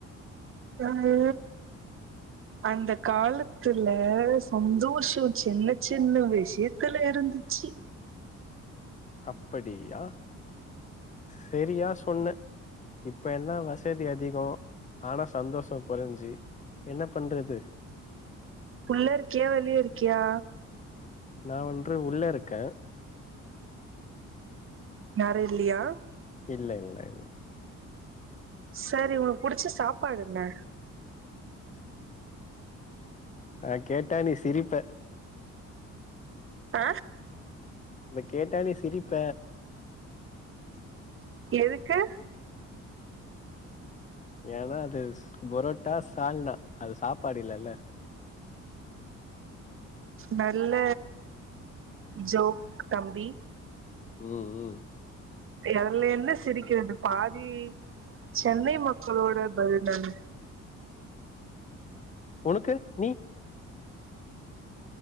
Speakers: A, on the right; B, on the left.
A: தம்பி அந்த காலத்துல சந்தோஷொ சின்ன சின்ன விஷய த்துல இருந்துச்சு
B: அப்படியா செரியா சொன்ன இப்ப எல்லா வசதி அதிகோ ஆனா சந்தோஷோ கொறஞ்சு என்னா பண்றது
A: உள்ள இருக்கியா வெளிய இருக்கியா
B: நா வந்று உள்ளே இருக்கே
A: யாரு இல்லியா
B: இல்ல இல்ல இல்ல
A: சரி உனக்கு புடிச்ச சாப்பாடு என்ன?
B: ஆ கேட்டா நீ சிரிப்ப
A: ஆ
B: அத கேட்டா நீ சிரிப்ப
A: எதுக்கு
B: ஏனா அது பொரோட்டா சால்னா அது சாப்பாடு இல்லல்ல
A: நல்ல ஜோக் தம்பி.
B: ம் ம்
A: அதுல என்ன சிரிக்கிறது பாதி சென்னை மக்களோட பயந்தான
B: உனக்கு நீ